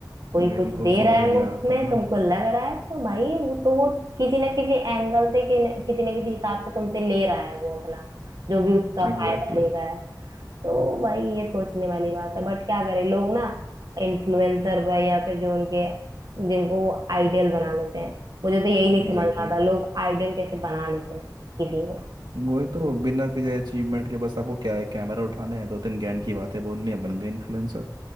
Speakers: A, on the right; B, on the right.
A: कोई
B: इनको
A: कुछ दे
B: समझ
A: रहा है
B: नहीं
A: मुफ्त
B: आ रहा
A: में
B: था ना
A: तुमको लग रहा है तो भाई वो तो वो किसी ना किसी एंगल से कि- किसी ना किसी हिसाब से तुमसे ले रहा है वो अपना जो भी उसका
B: Exactly
A: फायदा देगा है। तो भाई ये सोचने वाली बात है बट क्या करें लोग ना इन्फ्लुएंसर पर या फिर जो उनके जिनको आइडियल बना लेते हैं मुझे तो यही नहीं
B: exactly
A: समझ में आता लोग आइडियल कैसे बना लेते हैं किसी को
B: वही तो बिना किसी अचीवमेंट के बस आपको क्या है कैमरा उठाना है दो तीन ज्ञान की बातें बोलनी है बन गए इन्फ्लुएंसर